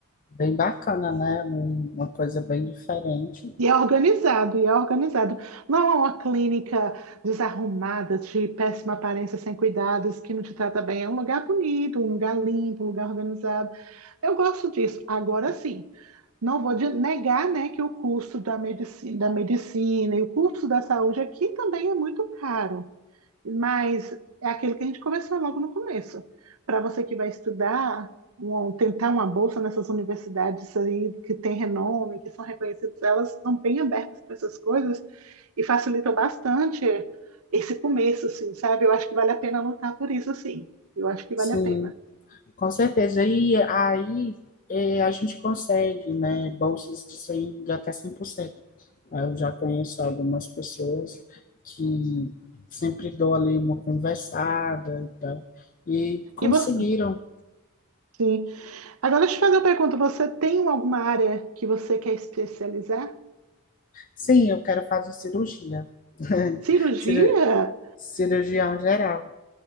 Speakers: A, on the left (about 35°); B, on the right (about 75°).
A: bem bacana, né? Um- Uma coisa bem diferente.
B: E é organizado, e é organizado. Não é uma clínica desarrumada, de péssima aparência, sem cuidados, que não te trata bem. É um lugar bonito, um lugar limpo, um lugar organizado. Eu gosto disso. Agora sim, não vou de- negar, né, que o custo da medicina, da medicina e o custo da saúde aqui também é muito caro. Mas é aquilo que a gente conversou logo no começo. Para você que vai estudar, um- tentar uma bolsa nessas universidades aí que tem renome, que são reconhecidas, elas estão bem abertas para essas coisas e facilitam bastante esse começo, assim, sabe? Eu acho que vale a pena lutar por isso, assim. Eu acho que
A: Sim,
B: vale a pena.
A: Com certeza. E aí eh, a gente consegue, né, bolsas de cem de até 100%. Aí eu já conheço algumas pessoas que sempre dou ali uma conversada e tal. E conseguiram.
B: E você? Sim. Agora, deixa eu te fazer uma pergunta. Você tem alguma área que você quer especializar?
A: Sim, eu quero fazer cirurgia. <laughs>
B: Cirurgia?
A: Ciru- Cirurgião geral.